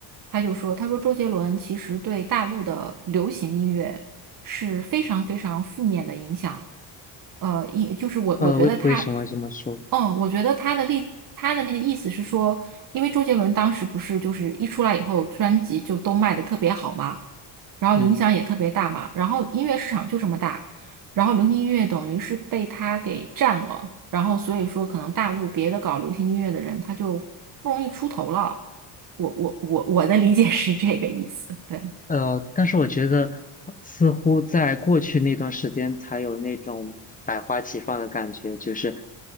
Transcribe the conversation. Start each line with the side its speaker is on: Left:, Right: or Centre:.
Right: 他就说，他说周杰伦其实对大陆的流行音乐。是非常非常负面的影响。呃，一就是我我觉得他，
Left: 呃，为为什么这么说？
Right: 嗯，我觉得他的例他的那个意思是说，因为周杰伦当时不是就是一出来以后，专辑就都卖的特别好嘛，然后影响也特别大嘛，
Left: 嗯。
Right: 然后音乐市场就这么大，然后流行音乐等于是被他给占了，然后所以说可能大陆别的搞流行音乐的人他就不容易出头了。我我我我的理解是这个意思，对。
Left: 呃，但是我觉得似乎在过去那段时间才有那种百花齐放的感觉，就是